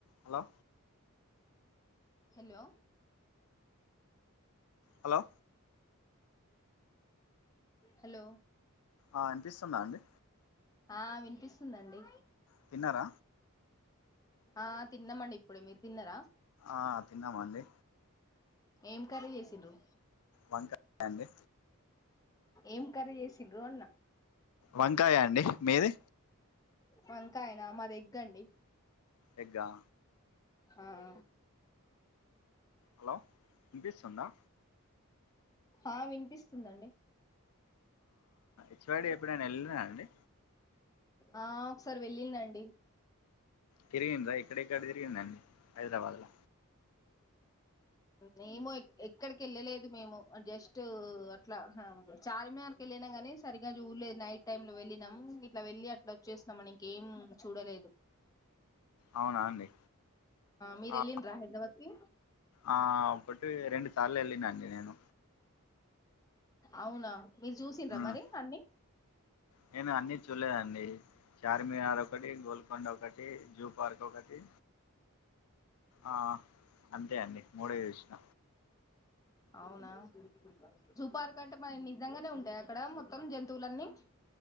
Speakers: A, on the left; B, on the left.
A: Hello
B: hello
A: hello
B: hello
A: ఆ వీనిపిస్తుందా అండి
B: ఆ వినిపిస్తుందండి
A: తీన్నార
B: ఆ తిన్నామండి ఇప్పుడే మీరు తిన్నారా
A: ఆ తిన్నామండి
B: ఎం కర్రి చేసిర్రూ
A: వంకాయా అండి
B: ఎం కర్రి చేసిర్రూ అన్న
A: వంకాయ అండి మీది
B: వంకాయనా మాది ఏగ్గండి
A: ఎగ్గ ఆ
B: ఆా
A: హలో వీనీపిస్తోంద
B: ఆ వినిపిస్తుందండి
A: హేచ్ వై డి ఎప్పుడైనా వెళ్ళిర్ర అండి
B: ఆ ఒకసారి వెళ్ళినండి
A: తిరిగిగిండ్రా ఏక్కడేక్కడ తిరిగిందండి హైదరాబాద్ ల
B: మేమ ఎక్కడికి వెళ్ళలేదు మేము జస్ట్ అట్లా చార్మినార్ వెళ్ళినా కాని సరిగ్గా చూడలేదు నైట్ టైమ్ లో వెళ్ళినం ఇట్లా వెళ్లి అట్లా వచ్చేస్తున్నాం ఇంకేం చూడలేదు
A: అవునా అండి
B: మీరు
A: ఆ
B: వెళ్ళిండ్రా హైదరాబాద్ కి
A: ఆ ఒకటి రెండు సార్లు వెళ్ళినండి నేను
B: అవునా మీరు చూసిండ్రా
A: ఉమ్
B: మరి అన్నిీ
A: నేను అన్ని చూలేదండి చార్మినార్ ఒకటి గోల్కొండ ఒకటి జూ పార్క్ ఒకటి ఆ అంతే అండి మూడే చూసిన
B: అవునా సూపార్క్ అంటే మన నిజంగానే ఉంటాయ అక్కడ మొత్తం జంతువులన్నీ